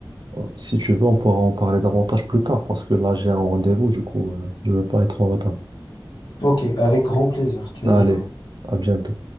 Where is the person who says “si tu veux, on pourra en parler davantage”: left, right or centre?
Right